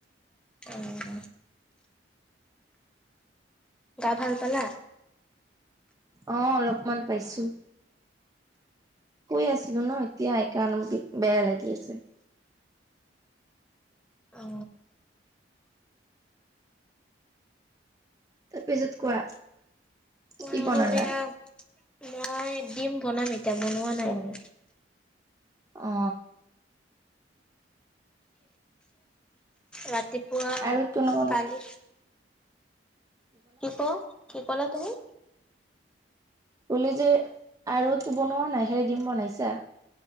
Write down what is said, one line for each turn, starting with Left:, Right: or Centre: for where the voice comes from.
Centre: অ। গা ভাল পালা?
Right: অ, অলপমান পাইছো। শুই আছিলো ন এতিয়া সেই কাৰণ বেয়া লাগি আছে।
Centre: অ।
Right: তাৰপিছত কোৱা?
Centre: মই
Right: কি
Centre: অলপ
Right: বনালা?
Centre: এয়া মই ডিম বনাম এতিয়া বনোৱা নাই আৰু।
Right: অ।
Centre: ৰাতিপুৱা
Right: আৰু একো নবনা
Centre: কালি। কি ক, কি ক'লা তুমি?
Right: কলো যে আৰু একো বনোৱা নাই খালি ডিম বনাইছা।